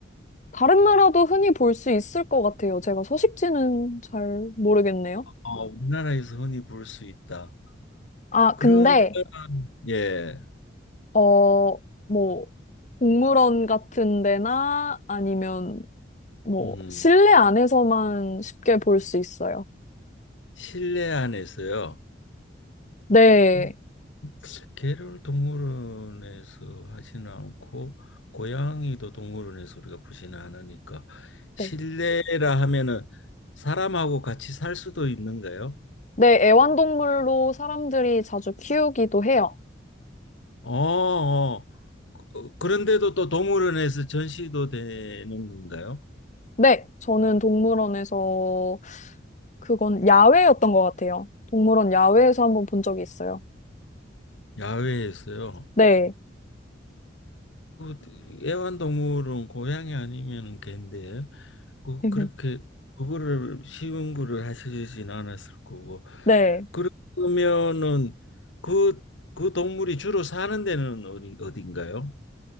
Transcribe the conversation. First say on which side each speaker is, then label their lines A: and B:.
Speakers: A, on the left; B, on the left.
A: 다른 나라도 흔히 볼 수 있을 것 같아요. 제가 서식지는 잘 모르겠네요.
B: 어, 우리나라에서 흔히 볼 수 있다.
A: 아,
B: 그러면
A: 근데,
B: 예,
A: 어, 뭐, 동물원 같은 데나 아니면 뭐,
B: 음,
A: 실내 안에서만 쉽게 볼 수 있어요.
B: 실내 안에서요.
A: 네.
B: 어, 개를 동물원에서 하지는 않고 고양이도 동물원에서 우리가 보지는 않으니까 실내라
A: 네,
B: 하면은 사람하고 같이 살 수도 있는가요?
A: 네, 애완동물로 사람들이 자주 키우기도 해요.
B: 어, 어. 그- 그런데도 또 동물원에서 전시도 되는 건가요?
A: 네, 저는 동물원에서 그건 야외였던 것 같아요. 동물원 야외에서 한번 본 적이 있어요.
B: 야외에서요.
A: 네,
B: 어, 그 애완동물은 고양이 아니면은 개인데 그
A: <laughs>
B: 그렇게 그거를 쉬운 거를 하시진 않았을 거고
A: 네.
B: 그러면은 그 그 동물이 주로 사는 데는 어디 어딘가요?